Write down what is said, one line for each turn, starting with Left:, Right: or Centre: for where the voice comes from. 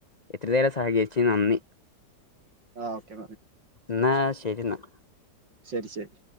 Left: ഇത്ര നേരം സഹകരിച്ച യ്നി നന്ദി
Right: ആ ഓക്കെ
Left: എന്നാ ശെരിന്നാ
Right: ശെരി ശെരി